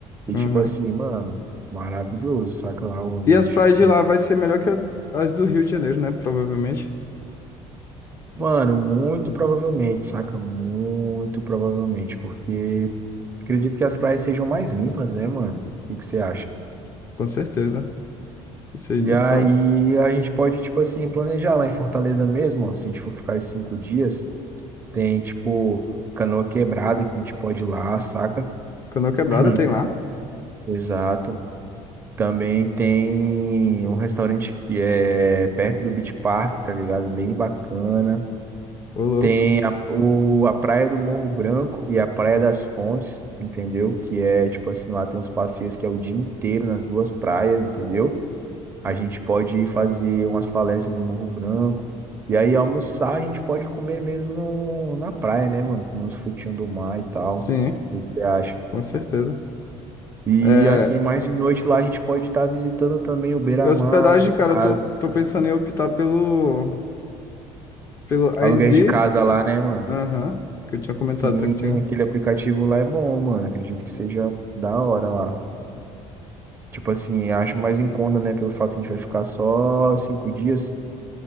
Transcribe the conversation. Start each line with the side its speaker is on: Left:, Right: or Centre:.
Right: E
Left: Uhum.
Right: tipo assim, mano, maravilhoso, saca lá o ambiente,
Left: E as praias
Right: tipo assim.
Left: de lá vai ser melhor que a- as do Rio de Janeiro, né? Provavelmente,
Right: Mano, muito provavelmente, saca? Muito provavelmente, porque acredito que as praias sejam mais limpas, né, mano? O que que você acha?
Left: com certeza. Isso aí
Right: E
Left: de
Right: aí
Left: fato.
Right: a gente pode, tipo assim, planejar lá em Fortaleza mesmo, ó. Se a gente for ficar esses cinco dias, tem, tipo, Canoa Quebrada que a gente pode ir lá, saca?
Left: Canoa Quebrada
Right: <clears throat>
Left: tem lá?
Right: Exato. Também tem um restaurante que é perto do Beach Park, tá ligado? Bem bacana.
Left: Ô, louco.
Right: Tem a, o, a Praia do Morro Branco e a Praia das Fontes, entendeu? Que é, tipo assim, lá tem uns passeios que é o dia inteiro nas duas praias, entendeu? A gente pode fazer umas falésias no Morro Branco. E aí, almoçar, a gente pode comer mesmo no, na praia, né, mano? Comer uns frutinhos do mar e tal.
Left: Sim,
Right: O que que você acha?
Left: com certeza.
Right: E
Left: É,
Right: assim, mais de noite lá, a gente pode estar visitando também o Beira-Mar,
Left: hospedagem, cara,
Right: as
Left: eu tô, tô pensando em optar pelo, pelo Airbnb
Right: aluguéis de casa lá, né, mano?
Left: Aham, que eu tinha comentado
Right: Sim,
Left: até que tinha
Right: aquele aplicativo lá é bom, mano. Acredito que seja da hora lá. Tipo assim, acho mais em conta, né? Pelo fato que a gente vai ficar só cinco dias. O